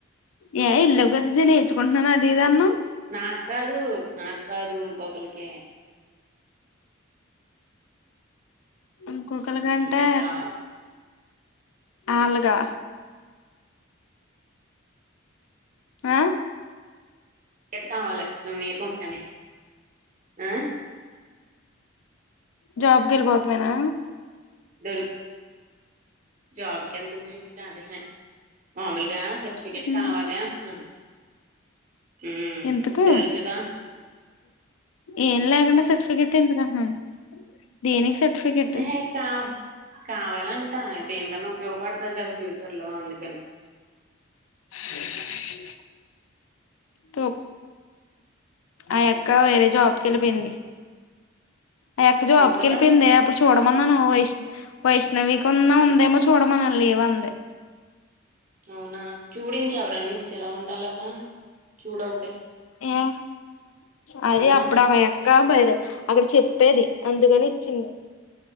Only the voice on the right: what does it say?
నాకు కాదు నాకు కాదు ఇంకొకరికి,
సర్టిఫికెట్ కావాలి
ఎట కావాలి మేము నేపం అని ఆ,
దొరుక్ జాబ్ వెళ్ళటం గురించి కాదు ఎహే. మామూలుగా సర్టిఫికేట్
కావాలి అంటున్నాను. ఉమ్
దొరుగుతుదా.
ఎహే కా కావాలంట దేనికన్నా ఉపయోగపడుతుంది కదా ఫ్యూచర్ లో అందుకని,
వెళ్ళిపోతే
అవునా చూడు ఇంక ఎవరన్న ఇచ్చేలా ఉండాలగా చూడ ఒకటి,
సరేనా